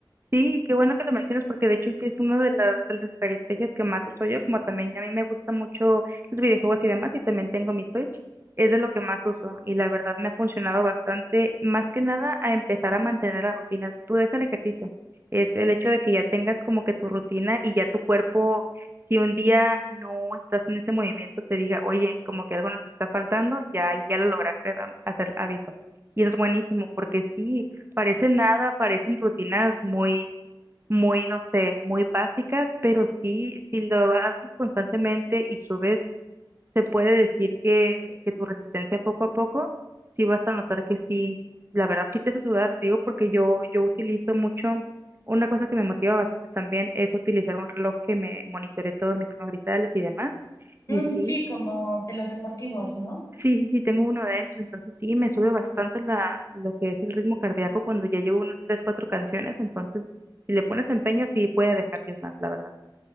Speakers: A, on the right (about 30°); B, on the left (about 40°).
A: Sí, qué bueno que lo mencionas porque de hecho sí es una de las, de las estrategias que más uso yo, como también a mí me gustan mucho los videojuegos y demás y también tengo mi Switch, es de lo que más uso y la verdad me ha funcionado bastante, más que nada a empezar a mantener la rutina. Tú deja el ejercicio, es el hecho de que ya tengas como que tu rutina y ya tu cuerpo, si un día no estás en ese movimiento, te diga, oye, como que algo nos está faltando, ya, ahí ya lo lograste am- hacer hábito. Y eso es buenísimo porque sí. Parecen nada, parecen rutinas muy, muy, no sé, muy básicas, pero sí, si lo haces constantemente y subes, se puede decir que, que tu resistencia poco a poco, sí vas a notar que sí, la verdad sí te hace sudar, te digo, porque yo, yo utilizo mucho, una cosa que me motiva bastante también es utilizar un reloj que me monitore todos mis signos vitales y demás, y
B: Mm,
A: sí,
B: sí, como de los deportivos, ¿no?
A: Sí, sí, sí, tengo uno de esos, entonces sí, me sube bastante la, lo que es el ritmo cardíaco cuando ya llevo unas tres, cuatro canciones, entonces si le pones empeño sí puede dejar Just Dance, la verdad.